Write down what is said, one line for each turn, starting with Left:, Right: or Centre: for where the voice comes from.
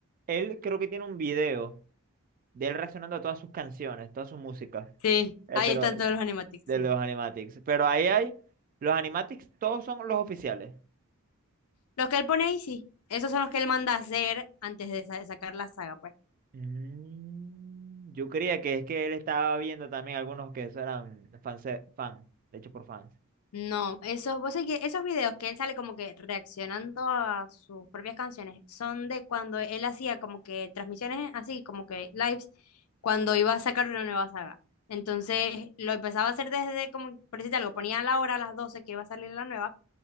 Right: Él creo que tiene un video de él reaccionando a todas sus canciones, todas sus músicas,
Left: Sí,
Right: eh,
Left: ahí
Right: pero
Left: están
Right: eh,
Left: todos los animatics,
Right: de
Left: sí.
Right: los animatics. Pero ahí hay, los animatics todos son los oficiales.
Left: Los que él pone ahí, sí. Esos son los que él manda a hacer antes de sa- sacar la saga, pues.
Right: Mm, yo creía que es que él estaba viendo también algunos que eso eran fans, fan, de hecho por fans.
Left: No, eso, vos sabés que esos videos que él sale como que reaccionando a sus propias canciones son de cuando él hacía como que transmisiones así, como que lives, cuando iba a sacar una nueva saga. Entonces lo empezaba a hacer desde como, por decirte algo, ponía la hora a las 12 que iba a salir la nueva